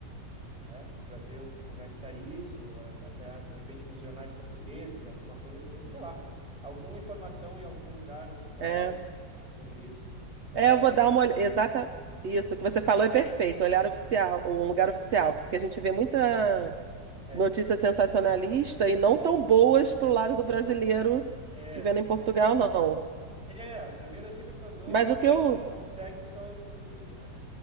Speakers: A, in the centre; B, on the right.
A: né, para ver o- como é que tá isso, ou a- até de repente nos jornais portugueses, alguma coisa assim, sei lá. Alguma informação em algum lugar oficial
B: é
A: deve ter, né, sobre isso. É,
B: É, eu vou dar uma olhada. Exata. Isso, que você falou é perfeito. Olhar oficial, um lugar oficial, porque a gente vê muita
A: é.
B: notícia sensacionalista e não tão boas pro lado do brasileiro
A: é.
B: vivendo em Portugal, não.
A: É, a primeira dica que eu dou
B: Mas
A: é assim,
B: o que eu.
A: não, não segue só o youtuber, né?